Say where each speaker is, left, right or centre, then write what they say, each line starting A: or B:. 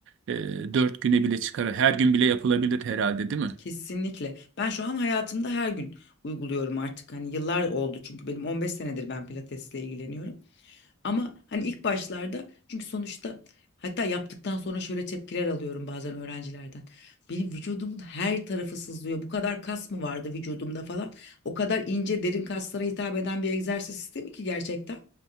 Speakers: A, on the right; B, on the left.
A: e, dört güne bile çıkar. Her gün bile yapılabilir herhalde, değil mi?
B: Kesinlikle. Ben şu an hayatımda her gün uyguluyorum artık. Hani yıllar oldu çünkü benim 15 senedir ben pilatesle ilgileniyorum. Ama hani ilk başlarda çünkü sonuçta hatta yaptıktan sonra şöyle tepkiler alıyorum bazen öğrencilerden. Benim vücudumun her tarafı sızlıyor. Bu kadar kas mı vardı vücudumda falan? O kadar ince derin kaslara hitap eden bir egzersiz sistemi ki gerçekten.